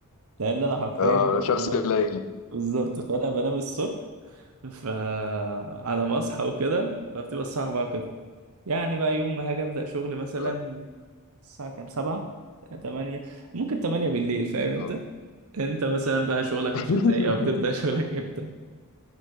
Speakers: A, on the right; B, on the left.
A: لان انا حرفيا
B: آه
A: بنام
B: شخص
A: بنام-
B: ليلي
A: بالظبط فانا بنام الصبح فعلى ما اصحى وكده فبتبقى الساعه 4 كده يعني بقى يوم ما هاجي ابدا شغل مثلا
B: آه
A: الساعه كام سبعة تمانية ممكن تمانية بالليل فاهم انت
B: آه
A: انت مثلا بقى شغلك
B: <laughs>
A: مش ازاي او بتبدا <laughs> شغلك امتى